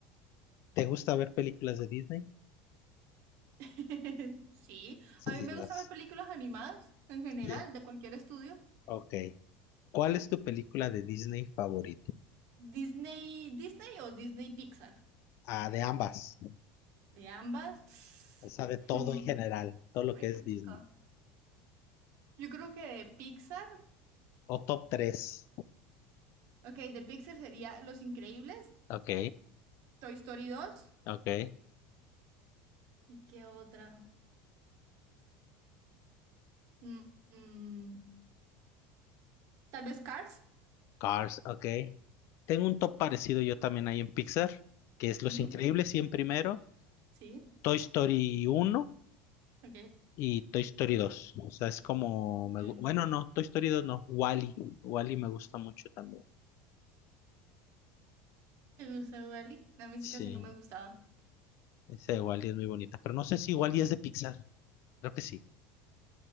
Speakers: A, on the left; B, on the right.
A: ¿Te gusta ver películas de Disney?
B: <laughs> Sí.
A: Sí,
B: A mí me
A: las...
B: gusta ver películas animadas en general,
A: Sí.
B: de cualquier estudio.
A: Ok. ¿Cuál es tu película de Disney favorita?
B: Disney, Disney o Disney Pixar,
A: Ah, de ambas.
B: de ambas.
A: O sea, de
B: <laughs>
A: todo
B: <sighs>
A: en general. Todo lo
B: Fue
A: que es Disney.
B: chico. Yo creo que de Pixar,
A: O top 3,
B: ok, de Pixar sería Los Increíbles,
A: Ok,
B: Toy Story dos
A: ok.
B: y qué otra. Mm, mm, tal vez Cars.
A: Cars, ok. Tengo un top parecido yo también ahí en Pixar, que es Los
B: Ujú,
A: Increíbles 100 primero,
B: Sí,
A: Toy Story uno
B: ok.
A: y Toy Story dos. O sea, es como... me
B: Mm,
A: gu- bueno, no, Toy Story dos no. Wally. Wally me gusta mucho también.
B: ¿Te gusta Wall-E? La música
A: Sí,
B: sí no me gustaba.
A: ese de Wally es muy bonita. Pero no sé si Wally es de Pixar. Creo que sí.